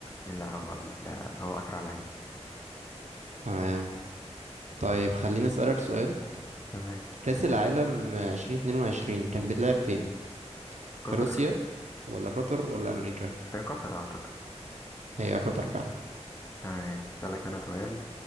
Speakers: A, on the left; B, on the right.
A: لا هو لا هو اسرع لعيب
B: تمام طيب خليني اسألك سؤال
A: تمام
B: كأس العالم 2022 كان بيتلعب فين في
A: قطر
B: روسيا ولا قطر ولا امريكا
A: هي قطر اعتقد
B: هي قطر فعلا
A: تمام اسالك انا سؤال